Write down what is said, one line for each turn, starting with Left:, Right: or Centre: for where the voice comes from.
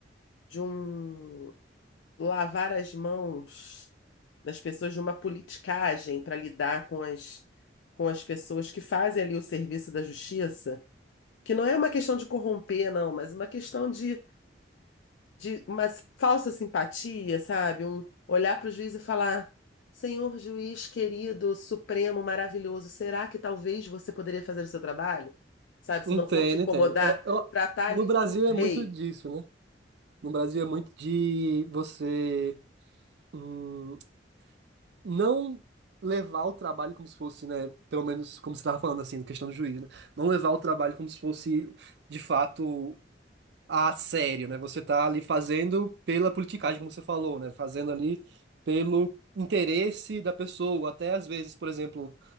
Left: de um lavar as mãos das pessoas, de uma politicagem para lidar com as com as pessoas que fazem ali o serviço da justiça, que não é uma questão de corromper, não, mas uma questão de de uma falsa simpatia, sabe? Um olhar para o juiz e falar: Senhor juiz querido, supremo, maravilhoso, será que talvez você poderia fazer o seu trabalho? Sabe? Se
Right: Entendo,
Left: não for te incomodar,
Right: entendo. É, eu-
Left: tratar
Right: no
Left: ali
Right: Brasil
Left: como um rei.
Right: é muito disso, né? No Brasil é muito de você. hum, não levar o trabalho como se fosse, né, pelo menos como você estava falando assim, questão do juiz, né? Não levar o trabalho como se fosse de fato a sério, né? Você tá ali fazendo pela politicagem, como você falou, né? Fazendo ali pelo interesse da pessoa, até às vezes, por exemplo,